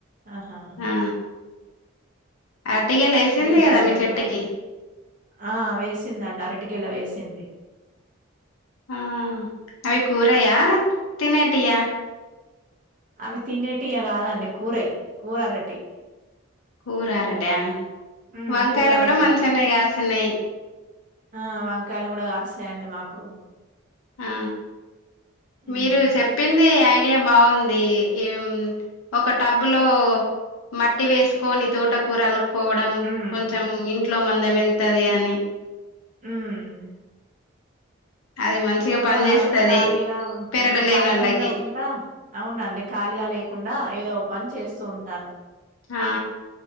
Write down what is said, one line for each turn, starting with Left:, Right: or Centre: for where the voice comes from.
Right: ఆహా
Left: ఆ అరటిగెల వేసింది
Right: వీడియోస్
Left: కదా మీ
Right: వేడ్తాను
Left: చెట్టుకి
Right: ఆ వేసిందండి అరటి గెల వేసింది
Left: ఆ అవి కూరయా తినేటియా
Right: అవి తినేటియ కాదండి కూరయ్ కూర అరటి
Left: కూర అర డా
Right: ఉమ్
Left: వంకాయలు
Right: కూర అరటి
Left: కూడా మంచనే
Right: అవి
Left: కాసినయి
Right: ఆ వంకాయిలు కూడా కాస్తాయండి మాకు
Left: ఆ
Right: ఉమ్
Left: మీరు చెప్పింది ఐ ఐడియా బాగుంది ఇగ ఒక టబ్బు లో మట్టి వేసుకొని తోట కూరలు కోవడం
Right: ఉమ్
Left: కొంచం ఇంట్లో మందం వెళ్తది అని
Right: మ్మ్
Left: అది మంచిగా పని
Right: యా
Left: చేస్తది
Right: ఖాళీగా ఉ
Left: పెరడు
Right: ఉండ
Left: లేనోళ్ళకి
Right: ఖాళీగా ఉండకుండా అవునండి ఖాళీగా లేకుండా ఏదో పని చేస్తూ ఉంటాను
Left: ఆ